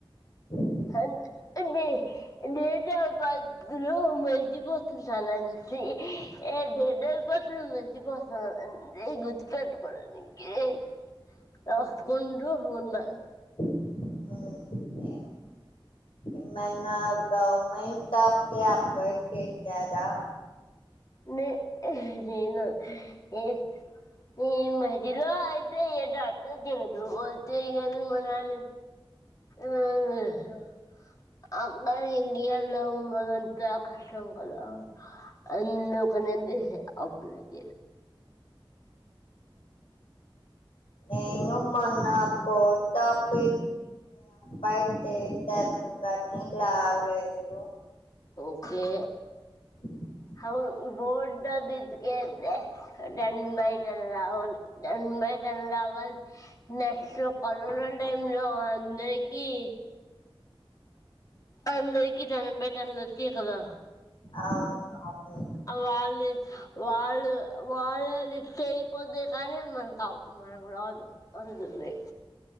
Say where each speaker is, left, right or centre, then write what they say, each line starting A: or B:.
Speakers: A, on the left; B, on the left.
A: ఓహ
B: అంద్ ది దీంతో బదులు మర్చిపోతుంటానండి. ఏ డడ పత్ర ఉ పోస అ గుదిపట్టుకో ఇదే అ కుండ్రుహ్ ఉన్న
A: ఓకే. ఏమన్నా గవర్నమెంట్ జాబ్కి అప్లై చెత్తాదా
B: నే చేయ్ను ఏ ఈ మద్యలో అయితే ఏది అప్లై చేయలేదు వద్దే ఇగ మా నాన ఉ హ్ హా <unintelligible> అందుక నంది అృధ
A: నేను మోన్నా పోత అప్పై పోయి చేచాను కానీ లాలేదు
B: ఓకే
A: <inaudible>
B: అవున్ బోర్డ్ బిత్కెల్తే done by den Rahul done by ten రావాలి నెక్స్ట్ కరోనా టైమ్ లో అందరికి అందరికి టెన్ బై టెన్ ఓచ్చాయి కదా
A: అవునవును
B: వాళ్ళు వాళ్ళు వాళ్ళ ఇష్ట అయిపోద్తే కానీ మనం కాదు మనకు రాదు అందుంది